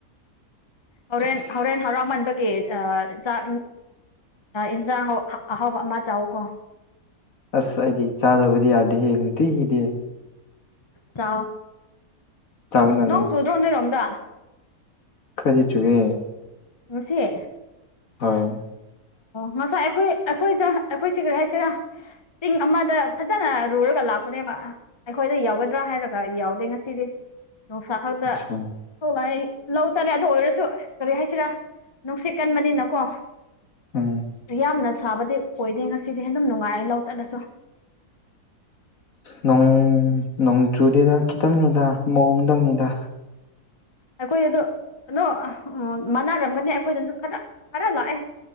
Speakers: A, on the left (about 20°); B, on the left (about 60°).
A: ꯍꯣꯔꯦꯟ
B: ꯑꯁ
A: ꯍꯣꯔꯦꯟ ꯍꯔꯥꯎꯃꯟꯕꯒꯤꯦ ꯆꯥꯛ ꯏꯟꯁꯥꯡ ꯑꯍꯥꯎꯕ ꯑꯃ ꯆꯥꯎꯀꯣ
B: ꯑꯁ ꯑꯩꯗꯤ ꯆꯥꯗꯕꯗꯤ ꯌꯥꯗꯦꯍꯦ ꯅꯨꯡꯇꯤ ꯍꯗꯦ
A: ꯆꯥꯎ
B: ꯆꯥꯛꯅ
A: ꯅꯣꯡ ꯁꯨꯗ꯭ꯔꯣ ꯅꯣꯏꯔꯣꯝꯗ
B: ꯈꯗꯤ ꯆꯨꯒꯦ
A: ꯃꯁꯤꯁꯦ
B: ꯍꯥꯏꯣꯏ
A: ꯉꯁꯥꯏ ꯑꯩꯈꯣꯏ ꯑꯩꯈꯣꯏꯗ ꯑꯩꯈꯣꯏ ꯁꯤ ꯀꯔꯤ ꯍꯥꯏꯁꯤꯔ ꯆꯤꯡ ꯑꯃꯗ ꯐꯖꯅ ꯔꯨꯔꯒ ꯂꯥꯛꯄꯅꯦꯕ ꯑꯩꯈꯣꯏꯗ ꯌꯥꯎꯒꯗ꯭ꯔꯥ ꯍꯥꯏꯔꯒ ꯌꯥꯎꯗꯦ ꯉꯁꯤꯗꯤ ꯅꯨꯡꯁꯥ ꯈꯪꯗ
B: ꯑꯆꯥ
A: ꯊꯣꯛꯂꯥꯛ ꯑꯩ ꯂꯧ ꯆꯠꯂꯦ ꯑꯗꯨ ꯑꯣꯏꯔꯁꯨ ꯀꯔꯤ ꯍꯥꯏꯁꯤꯔꯥ ꯅꯨꯡꯁꯤꯠ ꯀꯟꯕꯅꯤꯅꯀꯣ
B: ꯎꯝ
A: ꯌꯥꯝꯅ ꯁꯥꯕꯗꯤ ꯑꯣꯏꯗꯦ ꯉꯁꯤꯗꯤ ꯑꯗꯨꯝ ꯅꯨꯡꯉꯥꯏ ꯂꯧ ꯆꯠꯂꯁꯨ
B: ꯅꯣꯡ ꯅꯣꯡ ꯆꯨꯗꯦꯗ ꯈꯤꯇꯪꯅꯤꯗ ꯃꯑꯣꯡꯗꯪꯅꯦꯗ
A: ꯑꯩꯈꯣꯏꯗꯗ ꯑꯗꯨꯣ ꯎ ꯃꯥꯟꯅꯔꯝꯒꯅꯤ ꯑꯩꯈꯣꯏꯗꯅꯁꯨ ꯈꯔ ꯈꯔ ꯂꯥꯛꯑꯦ